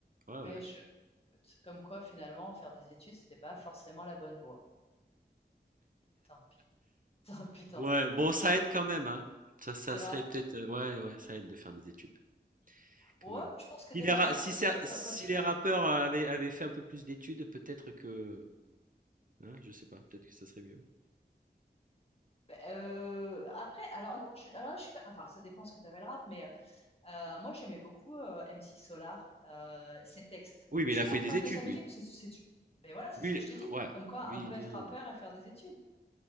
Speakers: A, on the right; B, on the left.
A: Ouais,
B: mais
A: ouais.
B: je... écoute, comme quoi, finalement, faire des études, c'était pas forcément la bonne voie. Tant pis. <laughs> Tant pis, tant
A: Ouais,
B: pis.
A: bon, ça aide quand même, hein. Ça, ça
B: C'est vrai?
A: serait peut-être. euh, Ouais, ouais, ça aide de faire des études, quand
B: Ouais,
A: même.
B: je pense que dès
A: Si les,
B: l'instant
A: ra- si,
B: que tu.
A: cer-
B: euh,
A: si
B: Quand, quand tu...
A: les rappeurs
B: ouais.
A: euh, avaient, avaient fait un peu plus d'études, peut-être que. Hein, je sais pas, peut-être que ça serait mieux.
B: Ben, euh, après, alors non, je, alors là, je suis pas. Enfin, ça dépend ce que tu avais le rap, mais Euh, moi, j'aimais beaucoup euh, MC Solar, euh, ses textes.
A: Oui,
B: Je
A: mais
B: suis
A: il a
B: pas
A: fait
B: fan
A: des études,
B: de sa musique,
A: lui.
B: parce que c'est, c'est- mais voilà, c'est
A: Lui,
B: ce que je
A: il-
B: te dis.
A: ouais.
B: Comme quoi,
A: Lui,
B: un peu
A: lui,
B: être rappeur et faire des études.